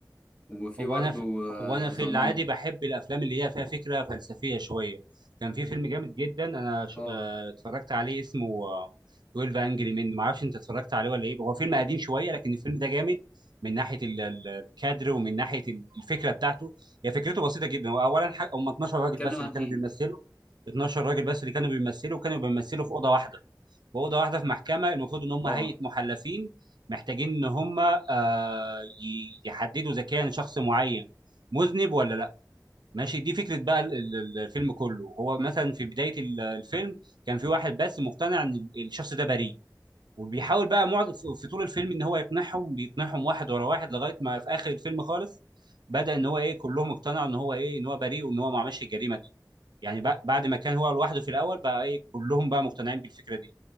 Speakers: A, on the left (about 15°); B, on the right (about 75°).
A: وفي
B: هو
A: برضه
B: انا في... هو انا في
A: زنان
B: العادي بحب الافلام اللي هي فيها فكره فلسفيه شويه كان في فيلم جامد جدا انا ش...
A: اه
B: آه... اتفرجت عليه اسمه آه، 12 انجري من ما اعرفش انت اتفرجت عليه ولا ايه هو فيلم قديم شويه لكن الفيلم ده جامد من ناحيه ال- ال- الكادر ومن ناحيه ال- الفكره بتاعته هي فكرته بسيطه جدا هو اولا ح... هم 12 راجل بس
A: بيتكلم عن
B: اللي كانوا
A: إيه؟
B: بيمثلوا 12 راجل بس اللي كانوا بيمثلوا وكانوا بيمثلوا في اوضه واحده واوضه واحده في محكمه المفروض ان هم
A: اه
B: هيئه محلفين محتاجين ان هم آه، ي- يحددوا اذا كان شخص معين مذنب ولا لا ماشي دي فكره بقى ال- ال- الفيلم كله هو مثلا في بدايه ال- الفيلم كان في واحد بس مقتنع ان الشخص ده بريء وبيحاول بقى معض... في في طول الفيلم ان هو يقنعهم بيقنعهم واحد ورا واحد لغايه ما في اخر الفيلم خالص بدأ ان هو ايه كلهم اقتنعوا ان هو ايه ان هو بريء وان هو ما عملش الجريمه دي يعني بق- بعد ما كان هو لوحده في الاول بقى ايه كلهم بقى مقتنعين بالفكره دي